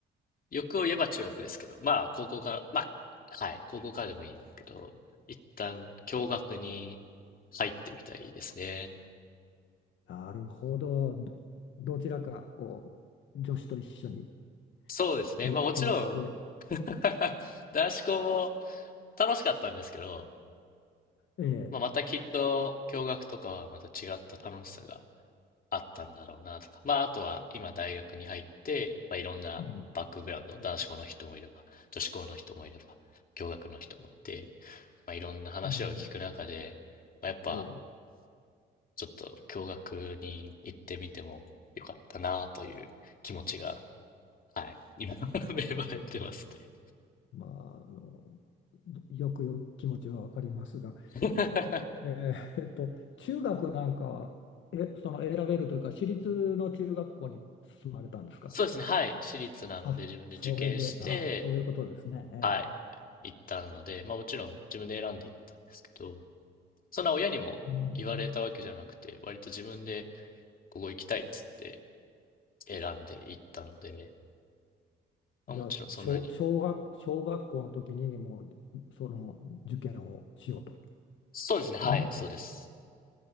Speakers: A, on the left; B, on the left.
A: 欲を言えば中学ですけど、まあ、高校から、まあ、はい、高校からでもいいですけど、一旦、共学に入ってみたいですね。
B: なるほど。どどちらか、こう、女子と一緒に
A: そうですね。
B: 教、
A: まあもちろん
B: 教室で、
A: <laughs> 男子校も楽しかったんですけど、
B: ええ、
A: まあまたきっと、共学とかはまた違った楽しさがあったんだろうなとか。まあ、あとは今大学に入って、まあ、いろんなバックグラウンド、
B: うん、
A: 男子校の人もいれば、女子校の人もいれば、共学の人もいて、まあ、いろんな話を聞く中で、
B: うん、
A: まあ、やっぱ、
B: ええ、
A: ちょっと共学に行ってみてもよかったなという気持ちが、はい、今 <laughs> 芽生えてますね。
B: まあ、あの、よくよく気持ちはわかりますが、
A: <laughs>
B: えええっと、中学なんかは、え、その選べるというか、私立の中学校に進まれたんですか
A: そうですね、はい、私立なので自分で受験して、
B: あ、それで、あ、そういうことですね。
A: はい、
B: ええ。
A: 行ったので、まあもちろん自分で選んで行ったんですけど、そんな親にも言われたわけじゃなくて、
B: うん
A: 割と自分でここ行きたいっつって選んで行ったので、まあ、
B: じゃあ、
A: もちろんそんなに。
B: 小、小学、小学校の時にもう、その受験をしようと
A: そうですね、はい、
B: 思った時。
A: そうです。